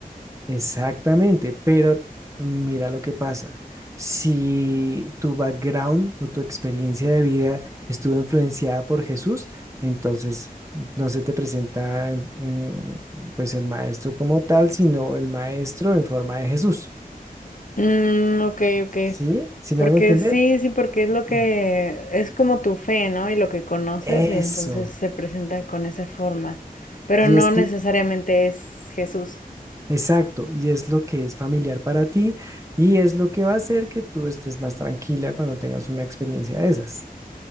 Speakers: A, on the right; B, on the left.
A: Exactamente, pero mira lo que pasa. Si tu background o tu experiencia de vida estuvo influenciada por Jesús, entonces no se te presenta em, eh, pues el maestro como tal, sino el maestro en forma de Jesús.
B: Mm, ok, ok.
A: ¿Sí? ¿Sí me
B: Porque
A: hago entender?
B: sí, sí, porque es lo que
A: <clears throat>
B: es como tu fe, ¿no? Y lo que conoces,
A: Eso.
B: y entonces se presenta con esa forma. Pero
A: Y
B: no
A: es
B: necesariamente
A: l-
B: es Jesús.
A: exacto, y es lo que es familiar para ti y es lo que va a hacer que tú estés más tranquila cuando tengas una experiencia de esas.